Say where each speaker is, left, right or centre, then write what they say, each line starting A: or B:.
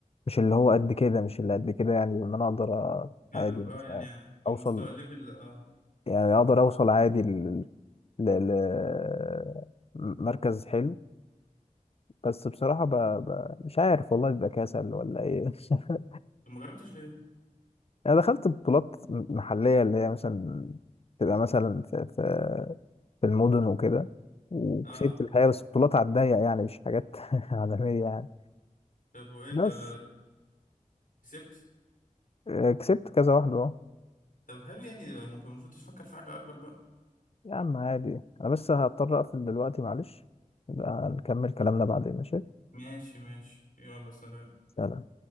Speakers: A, on the left; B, on the left.
A: مش اللي هو قد كده مش اللي قد كده يعني وان انا اقدر أ-
B: فاهمك
A: عادي
B: اه
A: مثلا
B: يعني المستوى
A: اوصل
B: الليفل اه
A: يعني اقدر اوصل عادي ل ل- ل- مركز حلو بس بصراحة ب... ب... مش عارف والله بيبقى كسل ولا ايه <laughs>
B: طب ما جربتش ليه
A: انا دخلت بطولات محلية اللي هي مثلا تبقى مثلا في في, في المدن وكده وكسبت
B: اه آه.
A: الحقيقة بس بطولات على الضيق يعني مش حاجات <laughs> عالمية يعني
B: طب وايه
A: بس
B: طب كسبت
A: آه، كسبت كذا واحدة اهو
B: طب حلو يعني ممكن المفروض تفكر في حاجه اكبر بقى
A: يا عم عادي انا بس هضطر اقفل دلوقتي معلش نبقى نكمل كلامنا بعدين ماشي
B: ماشي ماشي يلا سلام
A: سلام